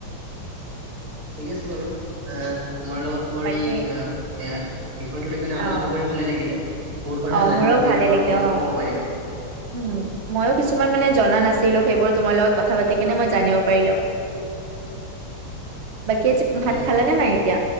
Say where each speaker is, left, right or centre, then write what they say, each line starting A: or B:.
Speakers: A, on the right; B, on the right.
A: ঠিক আছে বাৰু অ' তোমাৰ লগতো বাৰু
B: বাকী
A: এই বেয়া বিষয়টো লৈ কেনে আলোচনা
B: অ
A: কৰি ভালে লাগিলে। বহুত কথা
B: অ
A: জানিব
B: মোৰো
A: পাৰিলো
B: ভালে লাগিলে
A: আৰু ময়ো
B: অ
A: কব পাৰিলো।
B: উম, ময়ো কিছুমান মানে জনা নাছিলো সেইবোৰ তোমাৰ লগত কথা পাতি কিনে মই জানিব পাৰিলো। বাকী আ যে ভাত
A: ধন্যবাদ।
B: খাল ন নাই এতিয়া?